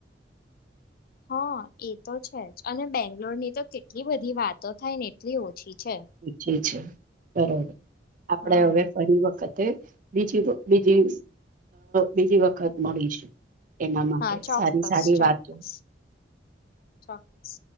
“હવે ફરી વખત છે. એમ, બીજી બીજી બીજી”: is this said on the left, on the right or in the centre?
Right